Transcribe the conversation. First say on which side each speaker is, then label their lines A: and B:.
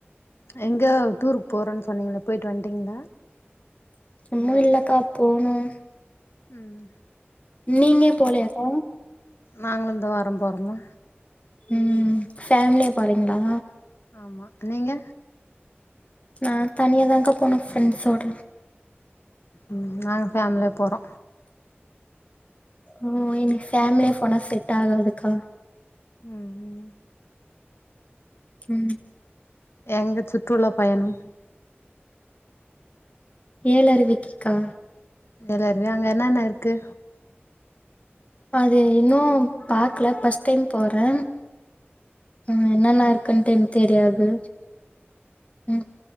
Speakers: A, on the left (about 70°); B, on the left (about 30°).
A: எங்கா டூருக் போறொன் சொன்னீங்களே போய்ட் வன்ட்டீங்ளா
B: உன்னு இல்லக்கா போணும்
A: ம்
B: நீங்க போலயாக்கா
A: நாங்ளு இந்த வாரம் போறொம்மா
B: ம் ஃபேம்லியா போறீங்ளா
A: ஆமா நீங்க
B: நான் தனியா தாங் கா போனு ஃப்ரெண்ட்ஸோட
A: ம் நாங்க ஃபேம்லியா போறோ
B: ஓ இனி ஃபேம்லியா போனா செட் ஆகாதுக்கா
A: ம் ம்
B: ம்
A: எங்க சுற்றுலா பயணம்
B: ஏழறுவிக்கிக்கா
A: ஏழருவியா அங்க என்னன்ன இருக்கு
B: அது இன்னூ பாக்ல ஃபஸ்ட் டைம் போறே ம் என்னன்னா இருக்கன் தென் தெரியாது ம்